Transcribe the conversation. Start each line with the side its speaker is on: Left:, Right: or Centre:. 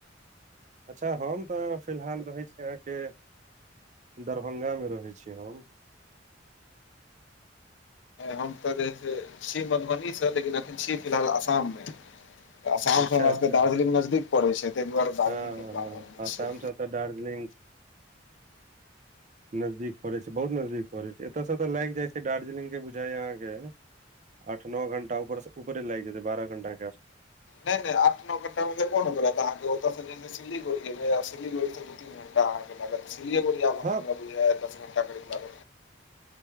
Right: अच्छा हम तऽ फिलहाल रहैत छी अहाँके दरभंगा मे रहैत छी हम
Left: हम तऽ जे है से छी मधुबनी सँ लेकिन अखन छी फिलहाल आसाम मे आसाम
Right: अच्छा
Left: स हमरा
Right: अच्छा
Left: सब के दार्जलिंग नजदीक पड़ै छै तहि दुआरे दार्जलंग
Right: हँ
Left: के प्लान
Right: हँ
Left: बन
Right: आसाम
Left: छै
Right: से तऽ दार्जिलिंग नजदीक पड़ै छै बहुत नजदीक पड़ै छै एतय से एतय लाइग जाइ छै दार्जलिंग के बुझाइ अहके आठ नौ घंटा ऊपर ऊपरे लाग जेतै बारह घंटाे
Left: नय नय आठ नओ घंटा मे <inaudible> रहते आओत से सिलीगुड़ी गेलै सिलीगी दून सिलीगुरीए अबै
Right: हँ
Left: म बुझाए बिस दस घणटा कै